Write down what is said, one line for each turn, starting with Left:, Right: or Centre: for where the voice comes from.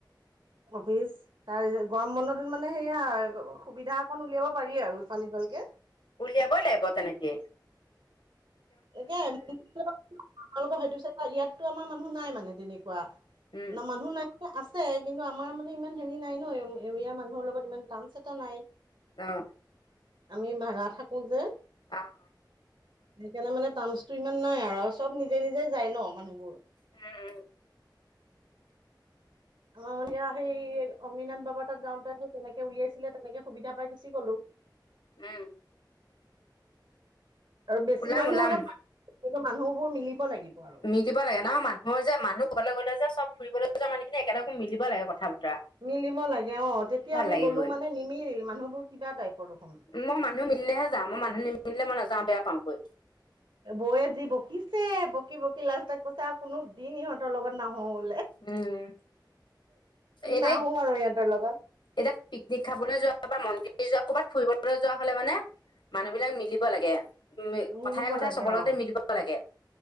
Right: অফিচ তাৰ পিছত গৰম বন্নতত মানে সেয়া সুবিধা অকন উলিয়াব পাৰি আৰু ইফাল সিফালকে।
Left: উলিয়া ব লিব তে নেকি।
Right: তাকে তালোকৰ হয়তো। ইয়াততো আমাৰ মানুহ নাই মানে তেনেকুৱা
Left: উম
Right: না মানুহ নাই। আছে কিন্তু আমাৰ মানে ইমান হেৰি নাই ন এৰিয়াৰ মানুহৰ লগত ইমান টান্স এটা নাই।
Left: অ
Right: আমি ভাড়া থাকো যে।
Left: অ অ।
Right: সেইকাৰণে মানে টাৰ্মচটো ইমান নাই আৰু আৰু চব নিজে নিজে যায় ন মানুহবোৰ।
Left: উম উম।
Right: আমাৰ ময়া সেই অমিনাথ বাবা। তাত যাওঁতে তেনেকে উলিয়াইছিলে তেনেকে সুবিধা পাই গুচি গ'লো।
Left: উম।
Right: আৰু বেছি
Left: ওলাম
Right: মানুহ
Left: ওলাম
Right: হলে কিু মানুহবোৰ মিলিব লাগিব। আৰু
Left: মিল দিব লাগে নহয় মানুহৰ যে মানুহ ক'লে গ'লে যে চব ফুৰিবলৈ যোৱা মানুহিনি একেলগে মিলিব লাগে কথা পা।
Right: মিলিব লাগে অ তেতিয়া আমি
Left: লাগে
Right: গ'লো
Left: গৈ
Right: মানে নিমিল মানুহবোৰ কিবা টাইপৰ দেখোন।
Left: মই মানুহ মিলেহে যাওঁ মই মানুহ নিমিল মই নযাওঁ বেয়া পাওঁগৈ।
Right: বৌ যি বকিছে বকি বকি লাষ্ট তাত কৈছে আৰু কোনো দিন ইহঁতৰ লগত নাহওঁ।
Left: উম। এদাই
Right: নাহো আৰু ইহঁতৰ লগত
Left: এতি পিকনিক খাবলৈ যোৱা বা মন্দিৰ। নিজ ক'ৰবাত ফুৰিবলৈ যোৱা হলে মানে মানুহ বিলাক মিলিব লাগে। উ কথাই
Right: মিলিব
Left: কথাই
Right: লাগে
Left: চবৰ লগতে
Right: অ
Left: মিলিব লাগে